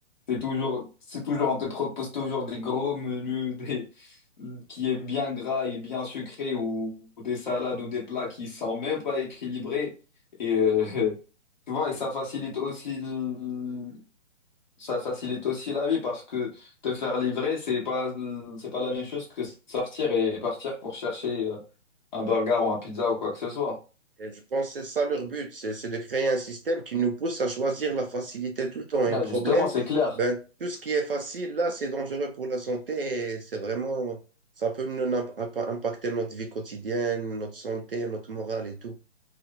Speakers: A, on the left; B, on the right.
A: C'est toujours, c'est toujours, on te propose toujours des gros menus, <laughs> des, qui est bien gras et bien sucré, ou, ou des salades ou des plats qui sont même pas équilibrés. Et euh, <laughs> tu vois, et ça facilite aussi, le- ça facilite aussi la vie parce que te faire livrer, c'est pas, c'est pas la même chose que sortir et partir pour chercher euh, un burger ou un pizza ou quoi que ce soit.
B: Et je pense que c'est ça leur but, c'est c'est de créer un système qui nous pousse à choisir la facilité tout le temps.
A: Là,
B: Et le problème,
A: justement, c'est clair.
B: ben, tout ce qui est facile, là, c'est dangereux pour la santé et c'est vraiment, ça peut nous imp- imp- impacter notre vie quotidienne, notre santé, notre morale et tout.